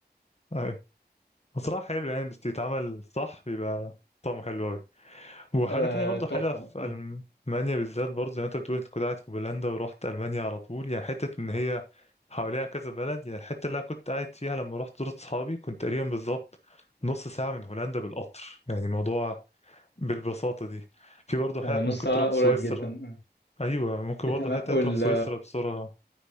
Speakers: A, on the left; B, on the left.
A: ايوه بصراحة حلو يعني بس يتعمل صح بيبقى طعمه حلو أوي وحاجة
B: آه،
A: تانية برضه
B: تحفة
A: حلوة في
B: آه.
A: ألمانيا بالذات برضه زي ما انت بتقول انت كنت قاعد في بولندا ورحت ألمانيا على طول يعني حتة ان هي حواليها كذا بلد يعني الحتة اللي أنا كنت قاعد فيها لما رحت زرت صحابي كنت تقريبا بالظبط نص ساعة من هولندا بالقطر يعني موضوع بالبساطة دي في برضه
B: آه،
A: حتت
B: نص
A: ممكن
B: ساعة
A: تروح
B: قريب
A: سويسرا
B: جدا آه.
A: أيوة ممكن برضه
B: أنا
A: حتة
B: أقول
A: تروح سويسرا بسرعة